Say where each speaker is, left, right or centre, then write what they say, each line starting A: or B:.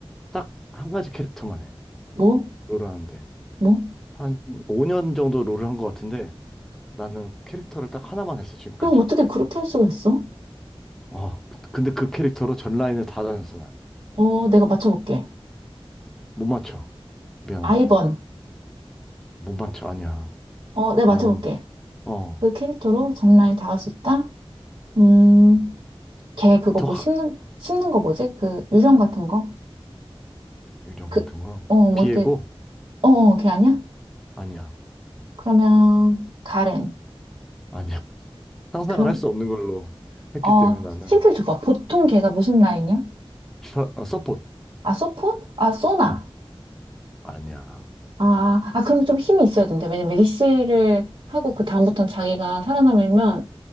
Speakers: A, in the centre; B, on the right.
A: 딱 한 가지 캐릭터만 해.
B: 뭐?
A: 롤을 하는데.
B: 뭐?
A: 한 5년 정도 롤을 한 것 같은데 나는 캐릭터를 딱 하나만 했어, 지금까지.
B: 이거 어떻게 그렇게 할 수가 있어?
A: 어. 근데 그 캐릭터로 전 라인을 다 다녔어, 나는.
B: 어, 내가 맞춰볼게.
A: 못 맞춰. 미안한데.
B: 아이번.
A: 못 맞춰. 아니야.
B: 어, 내가
A: 나는
B: 맞춰볼게.
A: 어.
B: 그 캐릭터로 전라인 닿을 수 있다? 음, 걔 그거
A: 턱
B: 뭐 씹는, 씹는 거 뭐지? 그 유령 같은 거?
A: 이런
B: 그,
A: 거 같은 거.
B: 어, 뭐
A: 비에고
B: 이렇게, 어, 어, 걔 아니야?
A: 아니야.
B: 그러면, 가렌.
A: 아니야. <laughs> 상상을
B: 그럼,
A: 할 수 없는 걸로 했기
B: 어,
A: 때문에 나는
B: 힌트를 줘봐. 보통 걔가 무슨 라인이야?
A: 서, 어, 서폿.
B: 아, 소폰? 아, 소나.
A: 어, 아니야.
B: 아, 아, 그럼 좀 힘이 있어야 된대. 왜냐면 리시를 하고 그 다음부터는 자기가 살아남으면